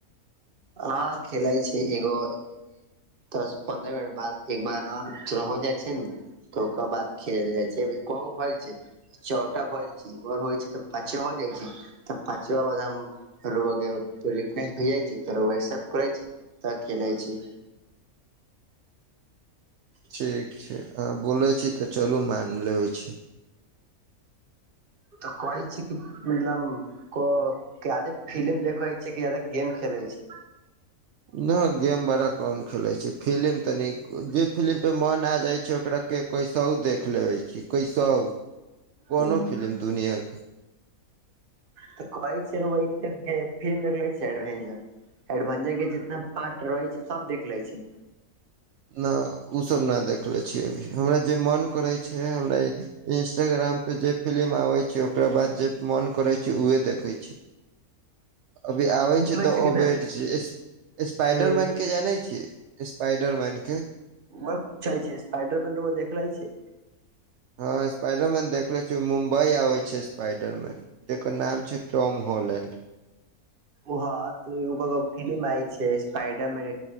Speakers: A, on the right; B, on the right.
A: आ खेलै छी एगो दस पन्द्रह मिनट बाद एक बार आओर हो जाय छै ने तऽ ओकर बाद खेल जाय छै अभी क भल छै छओ टा भल छै होइ छै तऽ पाँचे हो जाय छै तऽ पांचवा बाद हम र‌उआ रिक्वेस हो जाय छै त र‌उआ एक्सेप्ट करै छी तऽ खेलै छी
B: ठीक छै अ बोले छी तऽ चलू मान लेबे छी
A: तऽ कहै छी की मतलब को कदे फिलिम देखैत छी गेम खेलैत छी
B: नहि गेम बड़ा कम खेलैत छै फिलिम तनी जे फिलिमपर मोन आ जाइत छै ओकरा के कैसाउ देख लेबै छी कैसाउ कोनो
A: हम्म,
B: फिलिम दुनियाके
A: तऽ क चर फिल्म देखलें छियै एडबेंजर ना पाट रहै छै सब देख लै छै
B: ना ओ सब न देखले छियै अभी हमरा जे मन करै छै हमरा य इंस्टाग्राम पे जे फिल्म आबे छै ओकरा बाद जे मन करे छै उहे देखो छै अभी आबै
A: देखले
B: छै द
A: छी कि
B: ओ
A: नहि
B: बेर स्पाइडर
A: ह
B: मैन के जाने छियै स्पाइडर मैैन के
A: व पूछ छै स्पाइडरमन र‌उआ देखलै छियै
B: हँ स्पाइडर मैन देखले छ मुम्बई आबे छै स्पाइडर मैन जकर नाम छै टॉम होलैंड
A: ओ ह त ओकर एगो फिल्म आय छै स्पाइडर मैन